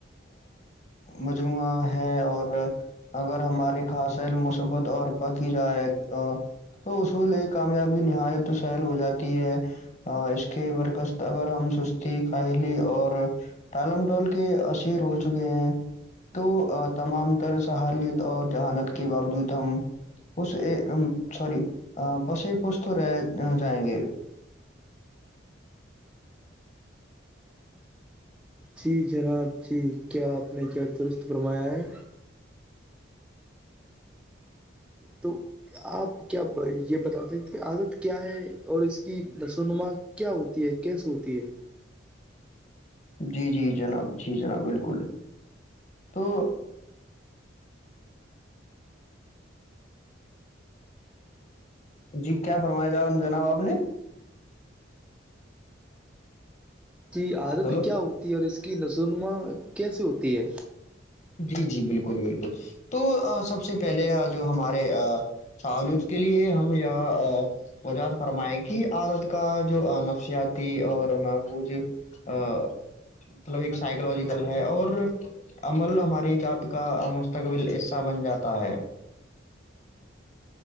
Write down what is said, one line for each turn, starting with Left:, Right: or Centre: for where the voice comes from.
Left: مجموعہ ہے اور اگر ہماری خاصہ علم مثبت اور پاکیزہ ہے تو اصول کامیابی نہایت تو سائل ہو جاتی ہے ا اس کے مرکز اگر ہم سستی کائلی اور ٹالم ڈول کے اسیر ہو چکے ہیں تو تمام تر سہالیت اور جہالت کی باوجود ہم اس سوری بس تو رہ جائیں گے
Centre: جی جناب جی کیا اپ نے کیا فرمایا ہے تو اپ کیا یہ بتا سکتے تھے عادت کیا ہے اور ایک لسونما کیا ہوتی ہے کیس ہوتی ہے
Left: جی جی جناب جی جناب بالکل تو جی کیا فرمایا جناب اپ نے
Centre: جی عادت
Left: ہلو
Centre: کیا ہوتی ہے اور اس کی نزونما کیسے ہوتی ہے
Left: جی جی بالکل بالکل تو سب سے پہلے جو ہمارے سالنز کے لیے ہم یا وجاعت فرمائیں کہ عورت کا جو نفسیاتی اور محفوجی ا مطلب ایک سائیکلوجیکل ہے اور عمل ہماری جد کا مستقبل حصہ بن جاتا ہے